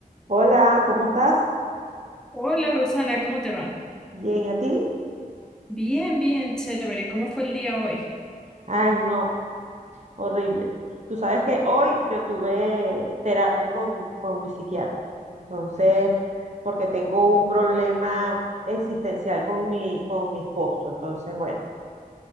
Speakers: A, on the right (about 50°); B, in the centre.
A: Hola, ¿cómo estás?
B: Hola Rosana, ¿cómo te va?
A: Bien, ¿y a ti?
B: Bien, bien, chévere. ¿Cómo fue el día hoy?
A: Ay, no, horrible. Tú sabes que hoy yo tuve terapia con, con mi psiquiatra, entonces, porque tengo un problema existencial con mi, con mi esposo, entonces, bueno,